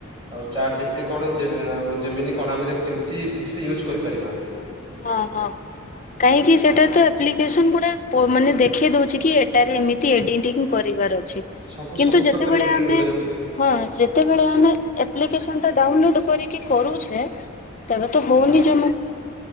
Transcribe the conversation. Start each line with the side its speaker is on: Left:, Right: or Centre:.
Right: ଆଉ ଚାଟ ଜି ପି ଟି କଣ ଆଉ ଜେମିନି କଣ ଆମେ କେମିତି ଠିକ ସେ ୟୁଜ୍ କରିପାରିବା?
Left: ହଁ ହଁ କାହିଁକି
Right: ହଁ
Left: ସେଟା ତ ଆପ୍ଲିକେସନ ଗୁଡା ମାନେ ଦେଖେଇ ଦଉଛି କି ଏଟାରେ ଏମିତି ଏଡିଟିଂ କରିବାର ଅଛି।
Right: ସବୁ
Left: କିନ୍ତୁ
Right: ସବୁ
Left: ଯେତେବେଳେ
Right: ପ୍ରକାର ଏଡିଟିଂ
Left: ଆମେ
Right: ହେଇପାରିବ
Left: ହଁ ଯେତେବେଳେ ଆମେ ଆପ୍ଲିକସନ ଟା ଡାଉନଲୋଡ କରିକି କରୁଛେ ତେବେ ତ ହଉନି
Right: ହଁ
Left: ଜମା।